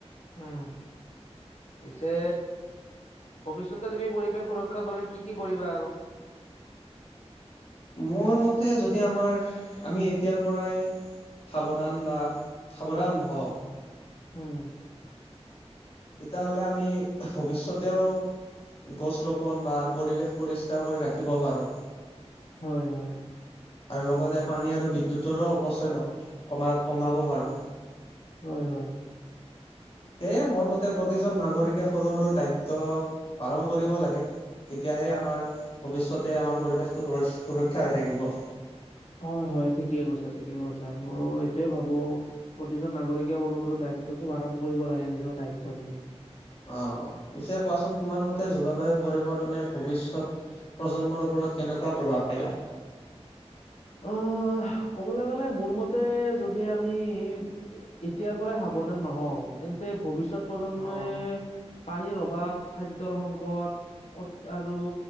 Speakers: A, on the left; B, on the left.
A: উম। পিছে ভৱিষ্যতে তুমি পৰিৱেশ সুৰক্ষাৰ বাবে কি কি কৰিবা আৰু?
B: মোৰ মতে যদি আমাৰ আমি এতিয়াৰ পৰাই সাৱধান বা সাৱধান নহওঁক।
A: উম।
B: তেতিয়াহ'লে আমি ভৱিষ্যতেও গছ ৰোপণ বা পৰিৱেশ পৰিষ্কাৰ কৰি ৰাখিব পাৰোঁ।
A: হয় হয়।
B: আৰু লগতে পানী আৰু বিদ্যুতৰো অপচয় ন কমা কমাব পাৰোঁ
A: হয় হয়
B: সেয়ে মোৰ মতে প্ৰতিজন নাগৰিকে সৰু সৰু দায়িত্ব পালন কৰিব লাগে তেতিয়াহে আমাৰ ভৱিষ্যতে আমাৰ পৰিৱেশটো সুৰ সুৰক্ষা হৈ থাকিব
A: হয় হয় ঠিকে কৈছে ঠিকে কৈছে মোৰো এইটোয়ে ভাবোঁ প্ৰতিজন নাগৰিকে সৰু সৰু দায়িত্বটো পালন কৰিব লাগে নিজৰ দায়িত্ব খিনি
B: অ পিছে কোৱাচোন তোমাৰ মতে জলবায়ু পৰিৱৰ্তনে ভৱিষ্যত প্ৰজন্মৰ ওপৰত কেনেকুৱা প্ৰভাৱ পেলায়
A: অ ক'বলৈ গ'লে মোৰ মতে যদি আমি এতিয়াৰ পৰা সাৱধান নহওঁ তেন্তে ভৱিষ্যত প্ৰজন্মে
B: অ'।
A: পানীৰ অভাৱ খাদ্যৰ সংকট আৰু